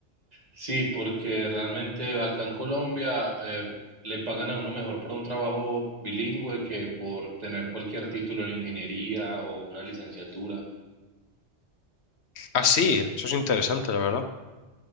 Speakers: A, on the right; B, on the left.
A: Sí, porque realmente acá en Colombia eh, le pagan a uno mejor por un trabajo bilingüe que por tener cualquier título en ingeniería o una licenciatura.
B: Ah, sí, eso es interesante, la verdad.